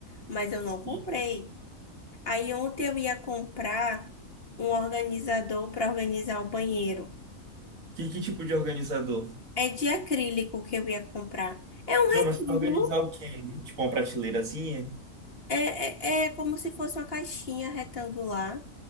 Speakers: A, on the left (about 45°); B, on the right (about 70°).
A: mas eu não
B: Sim.
A: comprei. Aí ontem eu ia comprar um organizador para organizar o banheiro.
B: Que, que tipo de organizador?
A: É de acrílico que eu ia comprar. É um
B: Não,
A: retângulo,
B: mas para organizar o quê? Tipo uma prateleirazinha?
A: é, é, é como se fosse uma caixinha retangular